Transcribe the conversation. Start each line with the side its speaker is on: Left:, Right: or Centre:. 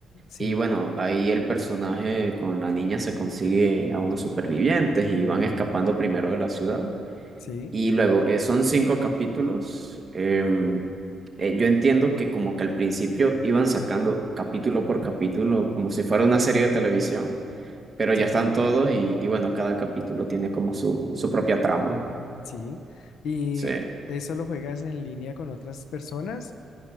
Left: Sí,
Right: Y bueno, ahí el personaje con la niña se consigue a unos supervivientes y van escapando primero de la ciudad.
Left: sí,
Right: Y luego, eh, son cinco capítulos. em, eh, yo entiendo que como que al principio iban sacando capítulo por capítulo, como si fuera una serie de televisión pero ya
Left: sí,
Right: están todos y, y bueno, cada capítulo tiene como su, su propia trama.
Left: sí. ¿Y
Right: Sí. Eh,
Left: eso lo juegas en línea con otras personas?